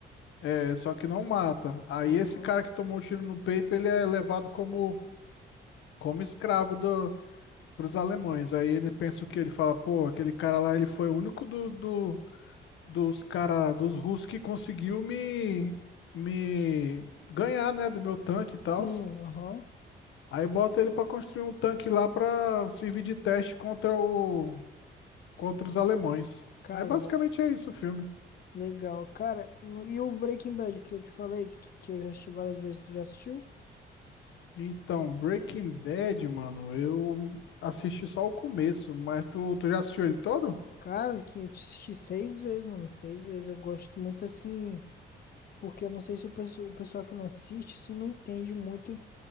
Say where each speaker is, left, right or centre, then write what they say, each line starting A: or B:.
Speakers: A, on the left; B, on the left.
A: É, só que não mata. Aí
B: Aham,
A: esse cara que tomou um tiro no peito, ele é levado como como escravo do, pros alemães. Aí ele pensa o quê? Ele fala, pô, aquele cara lá, ele foi o único do, do- dos cara, dos russos que conseguiu me me ganhar, né, do meu tanque e tal.
B: sim, aham.
A: Aí bota ele pra construir um tanque lá pra servir de teste contra o contra os alemães.
B: Cara,
A: Aí basicamente é isso o filme.
B: Legal. Cara, no- e o Breaking Bad que eu te falei, que, tu- que eu já assisti várias vezes, tu já assistiu?
A: Então, Breaking Bad, mano, eu assisti só o começo, mas tu, tu já assistiu ele todo?
B: Cara, que eu assisti seis vezes, mano, seis vezes. Eu gosto muito assim, porque eu não sei se o, pesso- o pessoal que não assiste, assim, não entende muito